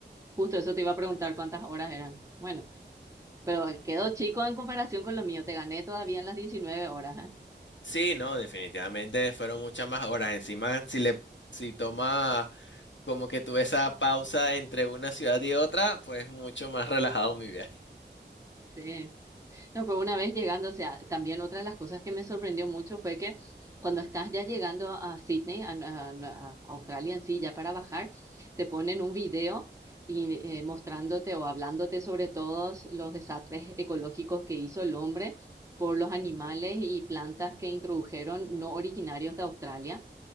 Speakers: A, on the right; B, on the left.
A: justo eso te iba a preguntar
B: Hasta la-
A: cuántas horas eran. Bueno, pero quedó chico en comparación con lo mío, te gané todavía en las 19 horas, ¿eh?
B: Sí, no, definitivamente fueron muchas más horas. Encima, si le, si tomas como que tuve esa pausa entre una ciudad y otra, pues mucho más relajado mi viaje.
A: Sí. No, pero una vez llegando, o sea, también otra de las cosas que me sorprendió mucho fue que cuando estás ya llegando a Sydney, a, a- a Australia en sí, ya para bajar, te ponen un video y, eh, mostrándote o hablándote sobre todos los desastres ecológicos que hizo el hombre por los animales y plantas que introdujeron no originarios de Australia.